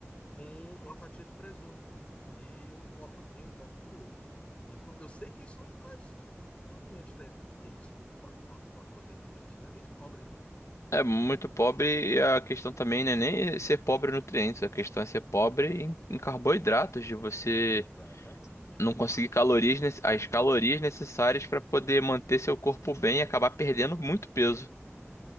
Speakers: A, on the left; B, on the left.
A: com uma fatia de presunto e um copo, e um copo de leite. Então, eu sei que isso não traz nutriente, tem isso. Fora, fora, fora a proteína do leite, né? É muito pobre, né?
B: É muito pobre e a questão também não é nem ser pobre em nutrientes, a questão é ser pobre em, em carboidratos, de você
A: Exatamente.
B: não
A: é.
B: conseguir calorias, nece- as calorias necessárias para poder manter seu corpo bem e acabar perdendo muito peso.